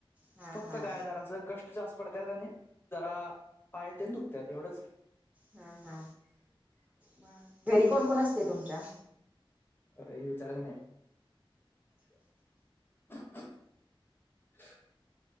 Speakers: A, on the right (about 15°); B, on the left (about 25°).
A: हा
B: फक्त
A: हा
B: काय जरास कष् ट जास्त पडत्यात आणि जरा पाय तेन दुखत्यात एवढंच.
A: हा हा म घरी कोण कोण असतय तुमच्या?
B: अरे हे विचारायच नाही. <inaudible>